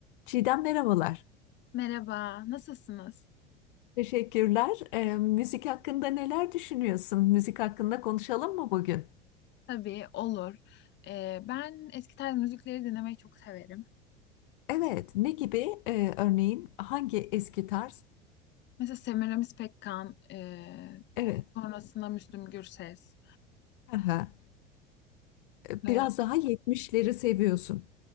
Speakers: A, on the left; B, on the left.
A: Çiğdem merhabalar.
B: Merhaba, nasılsınız?
A: Teşekkürler. Ee, müzik hakkında neler düşünüyorsun? Müzik hakkında konuşalım mı bugün?
B: Tabii, olur. Ee, ben eski tarz müzikleri dinlemeyi çok severim.
A: Evet. Ne gibi? Ee, örneğin hangi eski tarz?
B: Mesela Semiramis Pekkan, e,
A: Evet.
B: sonrasında Müslüm Gürses.
A: Aha. Biraz
B: E,
A: daha yetmişleri seviyorsun.